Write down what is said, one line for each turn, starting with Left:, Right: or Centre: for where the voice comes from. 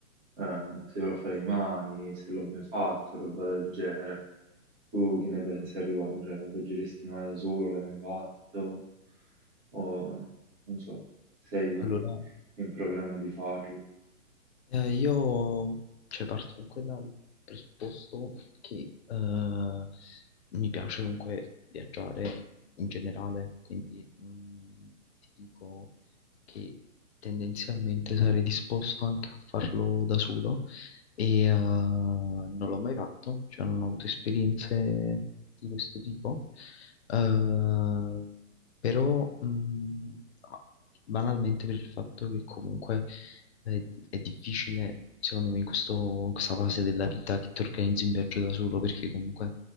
Right: eh, se lo farei mai, se l'ho mai fatto, roba del genere. Tu che ne pensi al riguardo? Cioè, viaggeresti mai da solo? L'hai mai fatto? O non so, sei
Left: Allora,
Right: in programma di farlo?
Left: eh, io cioè, parto comunque dal presupposto che eh, mi piace comunque viaggiare in generale, quindi mh, ti dico che tendenzialmente sarei disposto anche a farlo da solo e eh, non l'ho mai fatto, cioè non ho avuto esperienze di questo tipo, Eh, però mh, ma banalmente per il fatto che comunque è, è difficile, secondo me, in questo- in questa fase della vita che ti organizzi un viaggio da solo, perché comunque